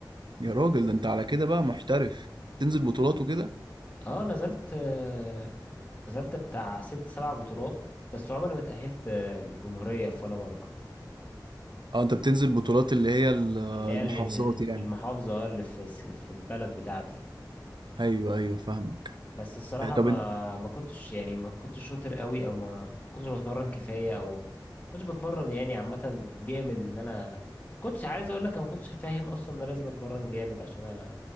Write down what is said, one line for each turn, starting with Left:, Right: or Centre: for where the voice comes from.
Right: يا راجل ده انت على كده بقى محترف تنزل بطولات وكده
Left: اه نزلت آه، نزلت بتاع ست سبع بطولات بس عمري ما اتأهلت آه، للجمهورية في ولا مرة
Right: اه انت بتنزل بطولات اللي هي ال-
Left: اللي هي
Right: المحافظات
Left: اللي في
Right: يعني
Left: المحافظة اللي في في البلد بتاعتي
Right: ايوه ايوه فاهمك
Left: بس الصراحة
Right: آه، طب
Left: ما
Right: انت
Left: ما كنتش يعني ما كنتش شاطر قوي او ما ما كنتش بتمرن كفاية او ما كنتش بتمرن يعني عامة جامد اللي انا كنتش عايز اقول لك انا ما كنتش فاهم اصلا ان انا لازم اتمرن جامد عشان أ...